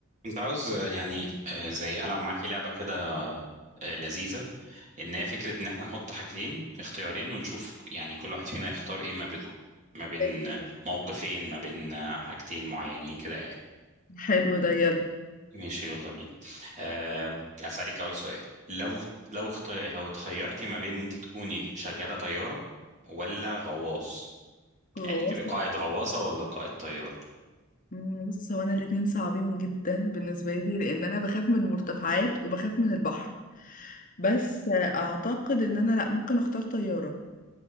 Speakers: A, on the right (about 35°); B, on the left (about 40°).
A: كنت عاوز آه، يعني آه، زي ألعب معاكي لعبة كده آه، لذيذة إن هي فكرة إن إحنا نحط حاجتين اختيارين ونشوف ك- يعني كل واحد فينا يختار إيه ما بينهم ما بين
B: حلو
A: آه،
B: ده
A: موقفين ما بين آه، حاجتين معينين كده يعني
B: حلو ده، يلا
A: ماشي يلا بينا آه، أسألك أول سؤال لو لو اخت... لو اتخيرتي ما بين إن أنت تكوني شغالة طيارة ولا غواص
B: هو
A: يعني تبقى
B: واصلة
A: قائد غواصة ولا قائد طيارة
B: مم، بص هو انا الاتنين صعبين جدا بالنسبة لي لان انا بخاف من المرتفعات وبخاف من البحر بس آه، اعتقد ان انا لا ممكن اختار طيارة